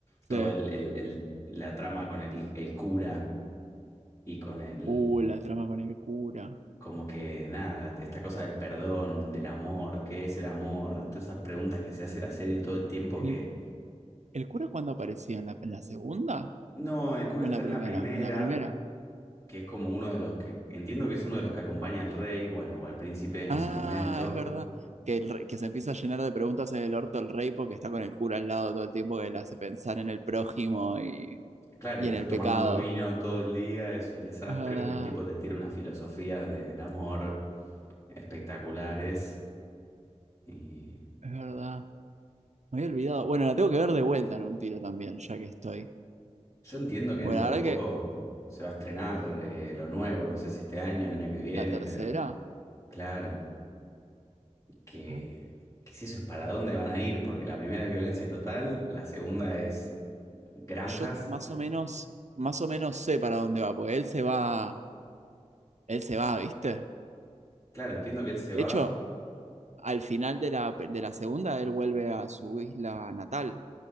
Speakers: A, on the left; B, on the right.
A: todo
B: sí.
A: el, el- el- la trama con el, el cura y con el,
B: Uh, la trama con el cura.
A: como que nada, esta cosa del perdón, del amor, ¿qué es el amor? Todas esas preguntas que se hace la serie todo el tiempo
B: ¿El,
A: que
B: cu- el cura cuándo aparecía? ¿En la, en la segunda
A: No, el cura
B: o
A: está
B: en la
A: en
B: primera?
A: la primera,
B: En la primera.
A: que es como uno de los que, entiendo que es uno de los que acompaña al rey, bueno, o al príncipe en
B: Ah,
A: ese momento.
B: es verdad. Que, el re- que se empieza a llenar de preguntas en el orto el rey porque está con el cura al lado todo el tiempo que le hace pensar en el prójimo y,
A: Claro,
B: y
A: y está
B: en el
A: tomando
B: pecado.
A: vino todo el día, es un desastre,
B: Es verdad,
A: pero el tipo te tira unas filosofías del amor espectaculares. Y
B: es verdad. Me había olvidado. Bueno, la tengo que ver de vuelta en un tiro también, ya que estoy.
A: yo entiendo que dentro
B: Bueno, la
A: de
B: verdad
A: poco
B: que
A: se va a estrenar eh, lo nuevo, no sé si este año, el año que viene,
B: la tercera,
A: pero claro, que,
B: ah,
A: que si eso es para dónde van a ir, porque la primera es violencia total, la segunda es granjas.
B: yo más o menos, más o menos sé para dónde va, porque él se va, él se va, ¿viste?
A: Claro, entiendo que él se
B: De
A: va.
B: hecho, al final de la, de la segunda, él vuelve a su isla natal